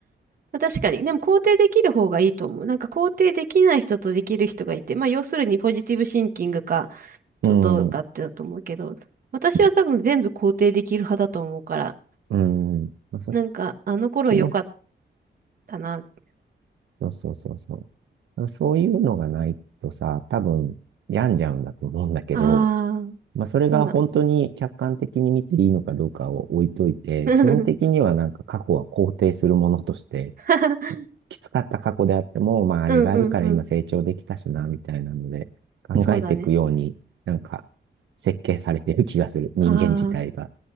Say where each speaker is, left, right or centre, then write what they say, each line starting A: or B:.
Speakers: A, on the right; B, on the right.
A: まあ、確かに。でも肯定できる方がいいと思う。なんか肯定できない人とできる人がいて、まあ要するにポジティブシンキングかど、
B: <laughs> うん。
A: どうかってだと思うけど、私は多分全部肯定できる派だと思うから、
B: うん。まあ、そっ
A: なんかあの頃良かっ
B: ちの
A: たな。あ
B: そうそうそうそう。だからそういうのがないとさ、多分病んじゃうんだと思うんだけど、
A: あ。
B: まあ、それが本当に客観的に見ていいのかどうかを置いといて、
A: そうだうん
B: 基本的にはなんか過去は肯定するものとして、
A: <laughs>
B: きつかった過去であっても、まあ、あれがあるから今成長できたしな、
A: うんうんうん。
B: みたいなので、考えていくように、
A: そうだね。
B: なんか、設計されてる気がする。人間自体が。
A: ああ、